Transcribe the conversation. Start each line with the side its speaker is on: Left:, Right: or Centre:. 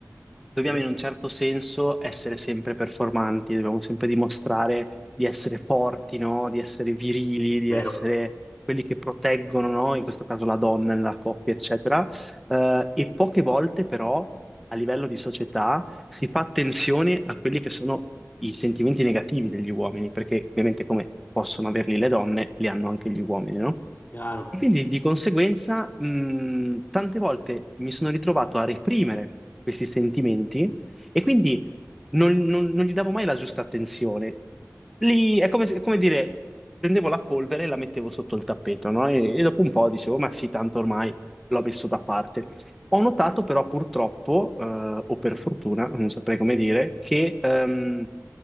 Centre: dobbiamo
Left: Sì,
Centre: in un certo senso essere sempre performanti, dobbiamo sempre dimostrare di essere forti, no? Di essere virili, di
Left: vero,
Centre: essere quelli che proteggono, no? In questo caso la donna nella coppia, eccetera. Eh, e poche volte però a livello di società si fa attenzione a quelli che sono i sentimenti negativi degli uomini, perché ovviamente come possono averli le donne, li hanno anche gli uomini, no?
Left: chiaro,
Centre: E quindi di conseguenza, mh, tante volte mi sono ritrovato a reprimere questi sentimenti e quindi non, non- non gli davo mai la giusta attenzione. Lì è come, se- come dire, prendevo la polvere e la mettevo sotto il tappeto, no? E, e dopo un po' dicevo, ma sì, tanto ormai l'ho messo da parte. Ho notato però purtroppo, eh, o per fortuna, non saprei come dire, che ehm,